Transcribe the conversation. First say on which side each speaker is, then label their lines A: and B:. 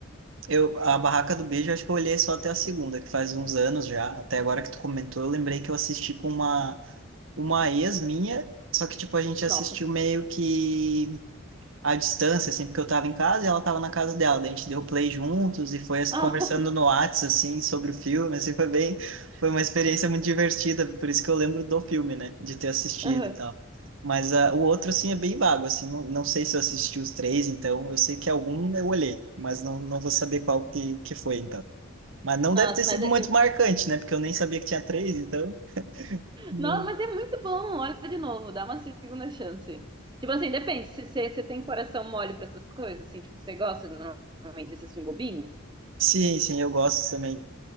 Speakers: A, on the right; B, on the right.
A: Eu, a Barraca do Beijo, acho que eu olhei só até a segunda, que faz uns anos já. Até agora que tu comentou, eu lembrei que eu assisti com uma, uma ex minha, só que tipo, a gente assistiu
B: Nossa.
A: meio que à distância, assim, porque eu tava em casa e ela tava na casa dela. Daí a gente deu play juntos e foi assim,
B: Ah,
A: conversando no Whats, assim, sobre o filme, assim, foi bem, foi uma experiência muito divertida, por isso que eu lembro do filme, né, de ter assistido
B: <laughs> aham.
A: e tal. Mas ah, o outro, assim, é bem vago, assim, não, não sei se eu assisti os três, então eu sei que é algum eu olhei, mas não, não vou saber qual que, que foi, então. Mas não
B: Nossa,
A: deve ter sido
B: mas é-
A: muito
B: eu,
A: marcante, né, porque eu nem sabia que tinha três, então... não-
B: não, mas é muito bom. Olha de novo, dá uma segunda chance. Tipo assim, depende. Se você você tem coração mole pra essas coisas, assim, tipo, você gosta normalmente desse filme bobinho?
A: Sim, sim, eu gosto também,